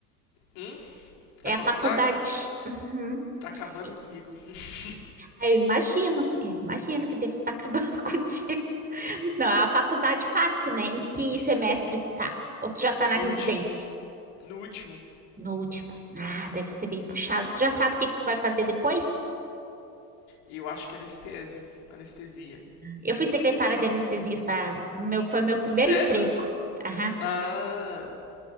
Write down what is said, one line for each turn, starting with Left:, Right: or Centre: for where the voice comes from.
Left: Hum?
Right: É
Left: A faculdade?
Right: a faculdade. Uhum.
Left: Tá acabando
Right: E-
Left: comigo. <laughs>
Right: ah, Eu imagino, eu imagino que deve estar acabando <laughs> contigo. Não, é uma faculdade fácil, né? Em que semestre tu tá? Ou tu já tá na
Left: No
Right: residência?
Left: último. No último.
Right: No último. Ah, deve ser bem puxado. Tu já sabe o que que tu vai fazer depois?
Left: E eu acho que é anestésio. Anestesia.
Right: Eu fui secretária de anestesista no meu, foi meu primeiro
Left: Sério?
Right: emprego. Aham.
Left: Ah,